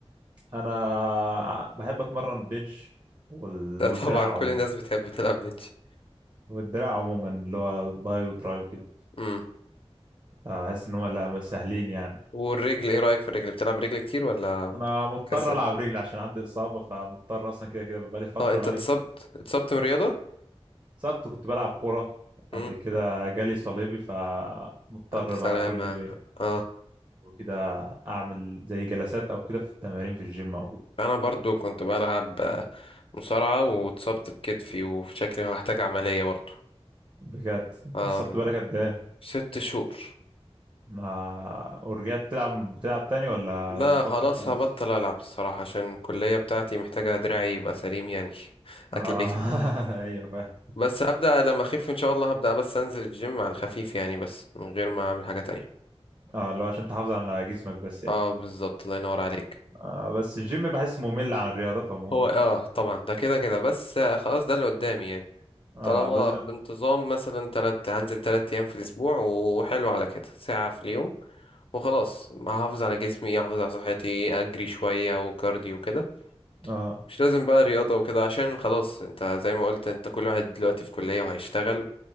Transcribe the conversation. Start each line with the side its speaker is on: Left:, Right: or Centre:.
Right: انا بحب اتمرن بنش وال...
Left: <laughs> ده
Right: والدراع
Left: طبعا كل
Right: عموما
Left: الناس بتحب تلعب بنش
Right: والدراع عموما اللي هو باي وتراي وكده
Left: امم
Right: احس ان هم لا سهلين يعني
Left: والرجل ايه رأيك في الرجل بتلعب رجل كتير ولا
Right: انا مضطر
Left: كسل
Right: العب رجل عشان عندي اصابة فمضطر اصلا كده كده بقالي فترة
Left: اه انت
Right: بقالي
Left: اتصبت اتصبت من الرياضة
Right: سبت كنت بلعب كورة
Left: امم
Right: بعد كده جالي صليبي فمضطر
Left: الف سلامة
Right: بقى كل
Left: اه
Right: وكده أعمل زي جلسات أو كده في التمارين في الجيم أو كده
Left: انا برضو كنت بلعب آه، مصارعة واتصبت بكتفي وشكلي هحتاج عملية برضو
Right: بجد أنت
Left: اه
Right: السبت بالك قد إيه؟
Left: ست شهور
Right: ما ورجعت تلعب بتلعب تاني ولا
Left: لا
Right: مبطل
Left: خلاص
Right: خالص؟
Left: هبطل ألعب الصراحة عشان الكلية بتاعتي محتاجة دراعي يبقى سليم يعني <laughs> أكل
Right: آه
Left: عيشي
Right: <laughs> أيوه فاهم
Left: بس هبدأ لما أخف إن شاء الله هبدأ بس أنزل الجيم على الخفيف يعني بس من غير ما أعمل حاجة تانية
Right: آه اللي هو عشان تحافظ على جسمك بس يعني
Left: اه بالظبط الله ينور عليك
Right: آه بس الجيم بحس ممل عن الرياضات عموما
Left: هو اه طبعا ده كده كده بس آه، خلاص ده اللي قدامي يعني
Right: آه
Left: طالما
Right: لازم
Left: بانتظام مثلا تلات هنزل تلات أيام في الأسبوع وحلو على كده ساعة في اليوم وخلاص هحافظ على جسمي أحافظ على صحتي أجري شوية وكارديو كده
Right: آه
Left: مش لازم بقى رياضة وكده عشان خلاص انت زي ما قلت انت كل واحد دلوقتي في كلية وهيشتغل